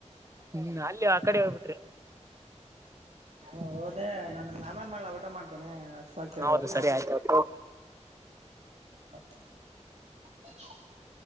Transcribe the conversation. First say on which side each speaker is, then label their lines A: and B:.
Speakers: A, on the right (about 25°); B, on the right (about 65°).
A: ಹ್ಮ್ ಅಲ್ಲಿ ಆ ಕಡೆ ಹೋಗ್ಬಿಟ್ರಿ.
B: ಹೊ ಹೋದೆ ನಾನು ನಿಮಗ್ ಆಮೇಲೆ ಮಾಡ್ಲ ಊಟ ಮಾಡ್ತೇನೆ ಹಸುವಾಗ್ತಿದೆ
A: ಹೌದು
B: ಇವತ್ತು.
A: ಸರಿ ಆಯ್ತು
B: <unintelligible> <unintelligible>